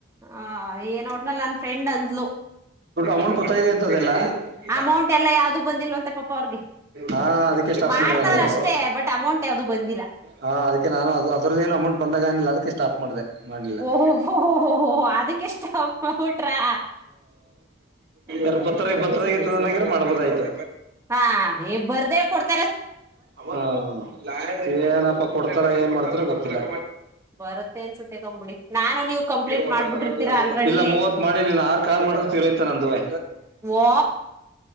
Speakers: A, on the right (about 15°); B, on the right (about 60°).
A: ಆ ಏನೋ ಒಟ್ನಲ್ಲಿ ನನ್ ಫ್ರೆಂಡ್ ಅಂದ್ಲು
B: ಅಮೌಂಟ್ ಗೊತ್ತಾ ಅಂತದೆಲ್ಲ ಇಲ್ಲ
A: ಅಮೌಂಟ್ ಎಲ್ಲ ಯಾವ್ದು ಬಂದಿಲ್ವಂತೆ ಪಾಪ ಅವ್ರಿಗೆ
B: ಹಾ ಅದಕ್ಕೆ ಸ್ಟಾಪ್
A: ಮಾಡ್ತಾವ್ರ
B: ಮಾಡಿರರು
A: ಅಷ್ಟೇ ಬಟ್ ಅಮೌಂಟ್ ಯಾವ್ದು ಬಂದಿಲ್ಲ
B: ಹ ಅದಕ್ಕೆ ನಾನು ಅದ್ರದ ಏನು ಅಮೌಂಟ್ ಬಂದಾಗನಿಲ್ಲ ಅದಕ್ಕೆ ಸ್ಟಾಪ್ ಮಾಡಿದೆ ಮಾಡಲಿಲ್ಲ
A: ಓಹೋ
B: <inaudible>
A: ಅದಕ್ಕೆ ಸ್ಟಾಪ್ ಮಾಡ್ಬಿಟ್ರಾ ಓ
B: ಎರ ಬತ್ತಾರ
A: ಸರಿ
B: ಬತ್ತದಾಗ
A: ಸರಿ
B: ಇತ್ತುದನಗ್ರ ಮಾಡ್ಬೋದಗಿತ್ತು
A: ಹಾ ಹ ಬರ್ದೇ ಕೊಡ್ತ
B: ಹಾ ಏನಪ್ಪ ಕೊಡ್ತಾರ ಏನ್ ಮಾಡ್ತಾರ ಗೊತ್ತಿಲ್ಲ
A: ಬರುತ್ತೆ ಅನ್ಸುತ್ತೆ ಕಂಬಿಡಿ ನಾನು ನೀವು ಕಂಪ್ಲೀಟ್
B: ಮಾತಡ್ತಾರ
A: ಮಾಡ್ಬಿಟ್ಟಿರ್ತೀರಾ
B: <unintelligible>
A: ಆಲ್ರೆಡಿ
B: ಇಲ್ಲ ಮೂವತ್ ಮಾಡಿ ಆರ್ ಕಾಲ್ ಮಾಡ ತೀರೈತೆ ನಂದುವೆ
A: ಓ